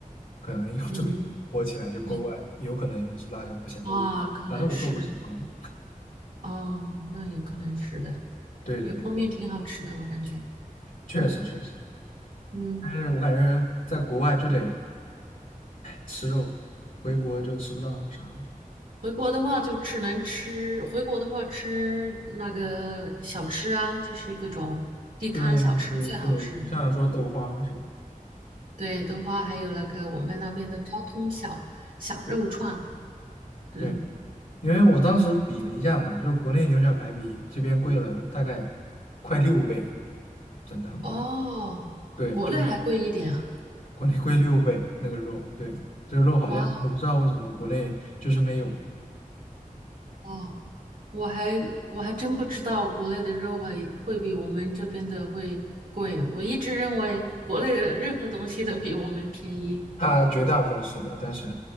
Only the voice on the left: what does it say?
可能用这个油泼起来就怪怪的，
有可能也是辣椒不香。
我反正我做不成功。
对对对，
确实确实，
但是我感觉在国外就得吃肉，回国就吃不到那啥
对对对，像说豆花是吧？
对，因为我当时比了一下嘛，就是国内牛小排比这边贵了大概快六倍，真的很贵。
对，
就是国内贵六倍那个肉，对，这个肉好像我不知道为什么国内就是没有，
它绝大部分是的，但是